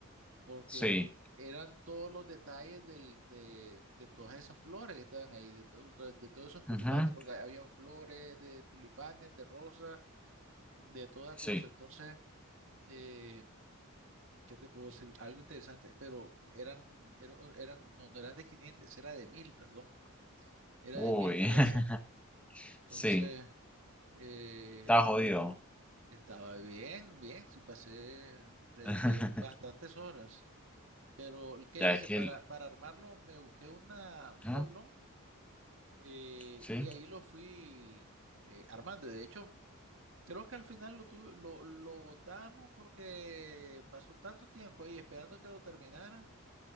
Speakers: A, on the right; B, in the centre.
A: porque
B: sí,
A: eran todos los detalles del- de, de todas esas flores que estaban ahí, de, to- to- de todos esos tulipanes,
B: ujú,
A: porque habían flores de tulipanes, de rosas, de toda
B: sí.
A: cosa, entonces... eh, ¿Qué te puedo decir? Algo interesante, pero eran, eran, eran- no, no eran de 500, era de mil perdón, era
B: Uy,
A: de 1000 piezas.
B: <laughs>
A: Entonces,
B: sí,
A: eh,
B: está
A: déjame
B: jodido.
A: ver, estaba bien, bien, sí pasé, dediqué
B: <laughs>
A: bastantes horas. Pero, ¿qué
B: Ya
A: hice?
B: es que
A: Para,
B: el...
A: para armarlo me busqué una, un
B: ujú,
A: tablón eh,
B: Sí,
A: y ahí lo fui eh, armando. De hecho, creo que al final lo, tuve- lo, lo botamos porque pasó tanto tiempo ahí esperando que lo terminara